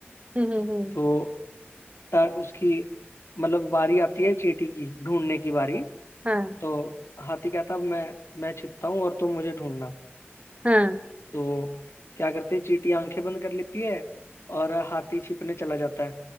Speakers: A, on the right; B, on the left.
A: हम्म हम्म,
B: तो ता, उसकी मतलब बारी आती है चींटी की ढूंढने की बारी
A: हाँ
B: तो हाथी कहता है मैं मैं छिपता हूँ और तुम मुझे ढूंढना
A: हाँ
B: तो क्या करते हैं चींटी आंखें बंद कर लेती है और हाथी छिपने चला जाता है